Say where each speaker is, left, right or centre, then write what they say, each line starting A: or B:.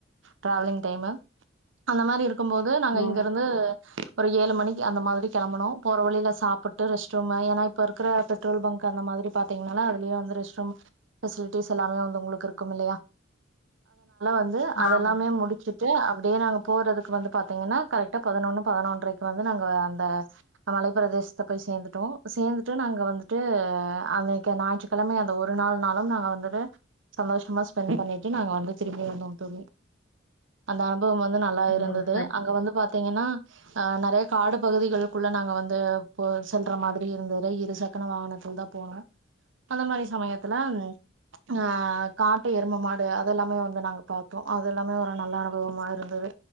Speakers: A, on the right; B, on the left.
A: டிராவலிங் டைம் அந்த மாதிரி இருக் இருக்கும் போது நாங்க
B: ம்
A: இங்கிருந்து ஒரு ஏழு மணி அந்த மாதிரி கிளம்பினோம் போற வழியில சாப்பிட்டு ரெஸ்ட் ரூம் என இப்ப இருக்குற பெட்ரோல் பங்க் அந்த மாதிரி பார்த்தீங்கன்னா அதிலேயே ரெஸ்ட் ரூம் பெசிலிட்டிஸ் எல்லாமே வந்து இருக்கும் இல்லையா வந்து அதெல்லாமே
B: ஆம்
A: முடிச்சுட்டு அப்படியே நாங்க போறதுக்கு வந்து பாத்தீங்கன்னா கரெக்டா பதினொன்னு பதினொன்றரைக்கு வந்து நாங்க அந்த மலைப் பிரதேசத்தை போய் சேர்ந்துட்டோம் சேர்ந்துட்டு நாங்க வந்து து அன்னைக்கு ஞாயிற்றுக்கிழம கிழமை அந்த ஒரு நாள் நாளும் நாங்க வந்துட்டு சந்தோஷமா ஸ்பெண்ட் பண்ணிட்டு நாங்க வந்து திரும்பி வந்தோம் தோழி அந்த அனு பவம் வந்து நல்லா
B: ஓ
A: இருந்துது
B: சரி
A: அங்க வந்து பாத்தீங்கன்னா அ நெறைய காடு பகுதிகளுக்குள்ள நாங்க வந்து போய் செல்ற மாரி இருந்துது இரு சக்கர வாகனத்தில் தா போனோ அந்த மாரி சமயத் ல அ காட்டு எரும மாடு அதெல்லாமே வந்து நாங்க பாத்தோ அது எல்லாமே ஒரு நல்ல அனுபவமா இருந்தது